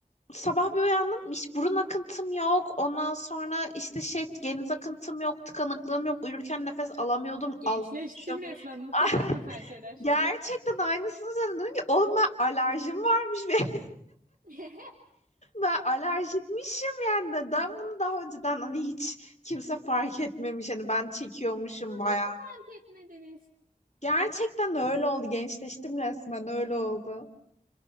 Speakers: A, on the left; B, on the right.
A: Sabah bir uyandım. Hiç burun akıntım yok. Ondan sonra işte şey geniz akıntım yok. Tıkanıklığım yok. Uyurken nefes alamıyordum.
B: Gençleştim
A: Almışım.
B: resmen.
A: <laughs>
B: Bu
A: Ah,
B: kadar mı fark eder?
A: gerçekten aynısını söyledim. Dedim ki oğlum ben alerjim varmış. <laughs> Ve
B: <laughs>
A: ben alerjikmişim yani. Neden bunu daha önceden hani hiç kimse fark etmemiş. Hani ben çekiyormuşum
B: Bunu
A: bayağı.
B: nasıl fark etmediniz?
A: Gerçekten öyle oldu. Gençleştim resmen öyle oldu.